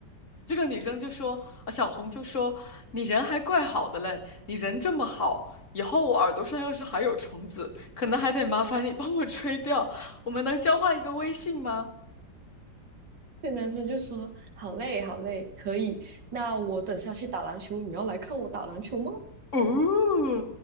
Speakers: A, on the left (about 45°); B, on the right (about 75°).
A: 这个女生就说，啊，小红就说，你人还怪好的嘞，你人这么好，以后我耳朵上要是还有虫子，可能还得麻烦你帮我吹掉，我们能交换一个微信吗？
B: 这男生就说：“好累，好累，可以。那我等下去打篮球，你要来看我打篮球吗？”
A: 哦，